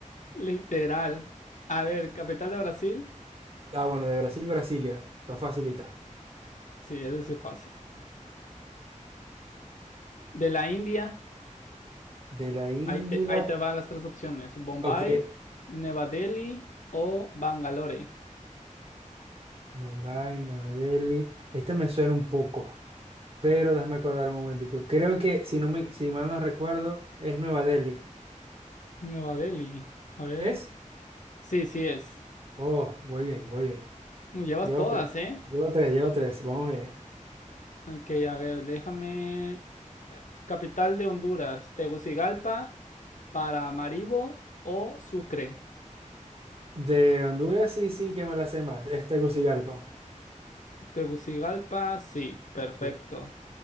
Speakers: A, on the left; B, on the right.
A: Literal. A ver, capital de Brasil.
B: <laughs> ah, bueno, de Brasil, Brasilia. Está facilita.
A: Sí, eso sí es fácil. De la India,
B: De la India.
A: ahí te, ahí te van las tres opciones. Bombay,
B: Ok,
A: Nueva Delhi o Bangalore.
B: Mumbai, Nueva Delhi. Este me suena un poco, pero déjame acordar un momentico. Creo que, si, no me, si mal no recuerdo, es Nueva Delhi.
A: Nueva Delhi. A ver.
B: ¿Es?
A: Sí, sí es.
B: Oh, muy bien, muy bien.
A: Llevas
B: Llevo
A: todas,
B: tres,
A: ¿eh?
B: llevo tres, llevo tres. Vamos bien.
A: Ok, a ver, déjame. eh, Capital de Honduras, Tegucigalpa, Paramaribo o Sucre.
B: De Honduras, sí, sí, que me la sé más. Es Tegucigalpa.
A: Tegucigalpa, sí, perfecto.
B: Sí,